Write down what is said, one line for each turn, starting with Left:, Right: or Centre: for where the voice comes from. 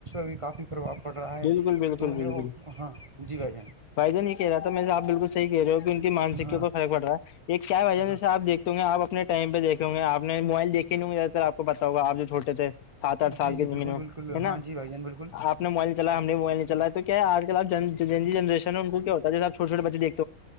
Right: بھی کافی پربؤ پڑ رہا ہے
Left: بالکل بالکل
Right: تو انیں
Left: بالکل
Right: وہ ہاں جی بھائی جان
Left: بھائی ج نہیں کہہ رہا تھا میں سے آپ بالکل صحیح کہہ رہے ہو کہ ان کی مانسکیو
Right: ہاں
Left: پر فرق پڑ رہا ہے ایک کیا وجہ میں
Right: ہاں
Left: سے آپ دیکھ گ آپ اپنے ٹم پہ دیکھیں گ آپ نے موبائل دیکھ ک گ زیاد ت آپ کو بتاؤ گا آپ جو چھوٹے تھے سات آٹھ سال
Right: جی
Left: کے
Right: جی بالکل
Left: زمین میں
Right: بالکل
Left: ہے نا
Right: ہاں جی بھائی جان بالکل
Left: آپ موبائل چلا ہم نے موبائل چلا تو کیا آجلپ جی جنرین ہے ان کو کیا ہوتا جس آپھوٹوے بچے دھتے